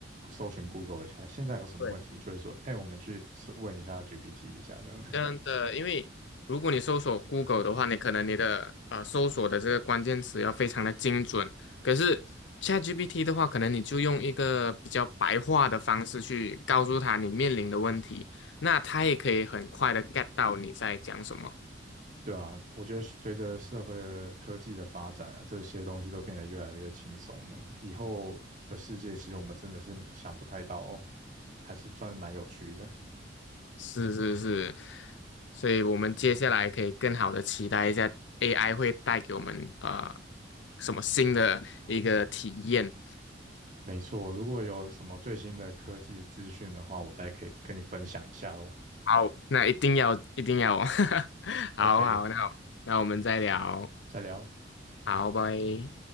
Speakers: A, on the right (about 45°); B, on the left (about 70°).
A: 搜寻 Google 一下；现在有什么问题，
B: 对，
A: 就会说，哎，我们去搜问一下 GPT 一下，这样。<laughs>
B: 真的，因为如果你搜索 Google 的话，你可能你的呃搜索的这个关键词要非常的精准，可是 ChatGPT 的话，可能你就用一个比较白话的方式去告诉他你面临的问题，那他也可以很快的 get 到你在讲什么。
A: 对啊，我觉得随着社会的科技的发展啊，这些东西都变得越来越轻松了。以后的世界，其实我们真的是想不太到哦，还是算是蛮有趣的。
B: 是是是，所以我们接下来可以更好的期待一下 AI 会带给我们呃什么新的一个体验。
A: 没错，如果有什么最新的科技资讯的话，我再可以跟你分享一下哦。
B: 好，那一定要一定要哦，<laughs> 好好，
A: OK，
B: 那好，那我们再聊，
A: 再聊。
B: 好，拜。